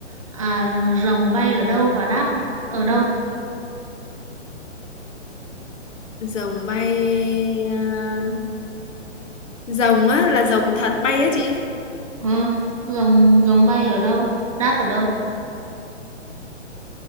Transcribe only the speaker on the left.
rồng bay à, rồng á là rồng thật bay á chị